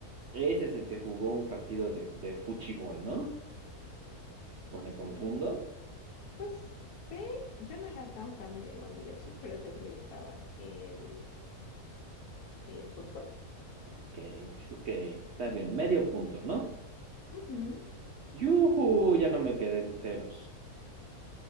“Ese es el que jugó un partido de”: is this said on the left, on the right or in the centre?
Right